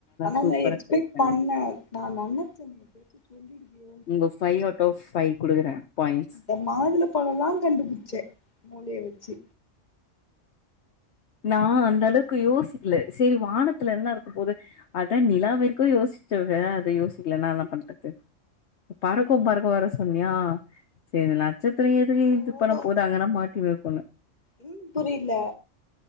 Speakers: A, on the left; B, on the left.
A: ஆனா
B: சூப்பரா
A: நா எக்ஸ்பெக்ட்
B: ட்ரை பண்ணீங்க
A: பண்ண நா நனைச்சே <inaudible> சொல்லிடுவியோ
B: உங்க பை அவுட் ஆஃப் ஃபை குடுக்குறே பாயிண்ட்ஸ்
A: இந்த மாதுள பழம்லா கண்டுபுச்சே மூளைய வச்சி
B: நா அந்த அளவுக்கு யோசிக்ல சேரி வானத்துல என்ன இருக்க போது அதா நிலாவரிக்கு யோசிச்சவங்க அத யோசிக்லனா என்னா பண்றது பறக்கு பறக்கு வேற சொன்னியா சேரி அந்த நட்சத்திரோ ஏது
A: போது
B: இது பண்ண போதாங்க அங்கல்லா மாட்டி இருக்கொணு
A: ம் புரியில